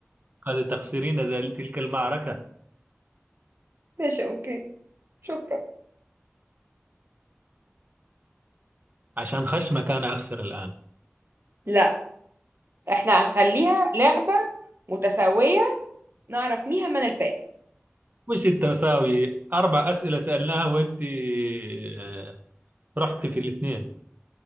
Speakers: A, on the right; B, on the right.
A: قد تخسرين ذل- تلك المعركة
B: ماشي أوكي شكرا
A: عشان خشمك أنا أخسر الآن
B: لا إحنا هنخليها لعبة متساوية نعرف مين من الفائز
A: مش التساوي أربع أسئلة سألناها وأنت آه، رحت في الاثنين